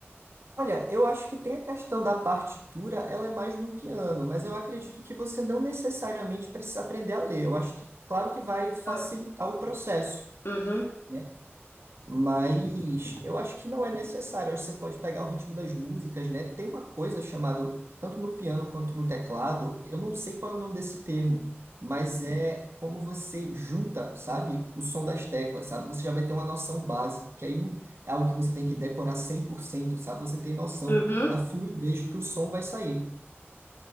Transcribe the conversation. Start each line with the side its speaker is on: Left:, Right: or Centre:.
Right: Olha, eu acho que tem a questão da partitura, ela é mais no piano, mas eu acredito que você não necessariamente precisa aprender a ler. Eu acho que, claro que vai facilitar
Left: Não.
Right: o processo.
Left: Uhum,
Right: né? Mas eu acho que não é necessário. Eu acho que você pode pegar o ritmo das músicas, né? Tem uma coisa chamada, tanto no piano quanto no teclado, eu não sei qual é o nome desse termo, mas é como você junta, sabe, o som das teclas, sabe? Você já vai ter uma noção base, que aí não é algo que você tem que decorar 100%, sabe? Você tem noção
Left: uhum,
Right: da fluidez que o som vai sair.